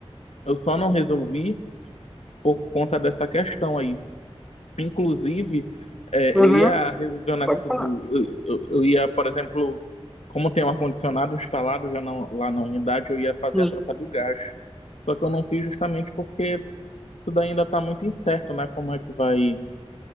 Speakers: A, on the left; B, in the centre.
A: Eu só não resolvi por conta dessa questão aí. Inclusive, é,
B: Uhum,
A: eu ia resolver o negócio
B: Pode falar.
A: do. Eu, eu- eu ia, por exemplo, como tem um ar-condicionado instalado já na- lá na unidade, eu ia fazer
B: Sim,
A: a troca do gás. Só que eu não fiz justamente porque isso daí ainda tá muito incerto, né? Como é que vai.